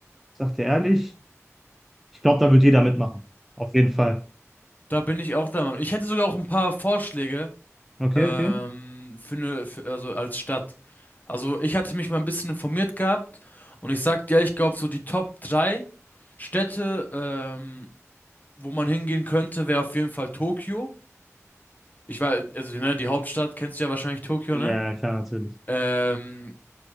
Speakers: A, in the centre; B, on the left.
A: sagt ihr ehrlich? Ich glaube, da wird jeder mitmachen. Auf jeden Fall.
B: Da bin ich auch der Meinung. Ich hätte sogar auch ein paar Vorschläge
A: Okay,
B: ähm,
A: okay.
B: für eine, für, also als Stadt. Also ich hatte mich mal ein bisschen informiert gehabt und ich sagte, ja, ich glaube so die Top 3 Städte, ähm, wo man hingehen könnte, wäre auf jeden Fall Tokio. Ich war, also ne, die Hauptstadt kennst du ja wahrscheinlich Tokio,
A: Ja,
B: ne?
A: klar, natürlich.
B: Ähm,